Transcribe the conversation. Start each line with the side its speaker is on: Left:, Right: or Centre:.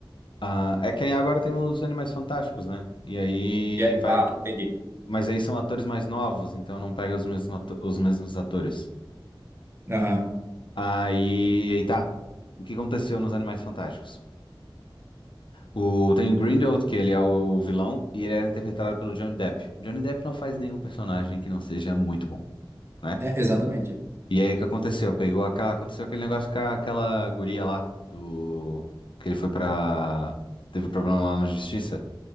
Left: Ah, é que aí agora tem os Animais Fantásticos, né? E aí
Right: E é-
Left: vai.
Right: Ah, entendi.
Left: Mas aí são atores mais novos, então não pega os mesmos, ato- os mesmos atores.
Right: Aham.
Left: Aí, aí tá. O que aconteceu nos Animais Fantásticos? O... Tem o Grindelwald, que ele é o vilão, e ele era interpretado pelo Johnny Depp. Johnny Depp não faz nenhum personagem que não seja muito bom, né?
Right: É, exatamente.
Left: E aí o que aconteceu? Pegou aquela... Aconteceu aquele negócio com a- aquela guria lá, do... Que ele foi pra... Teve problema lá na justiça.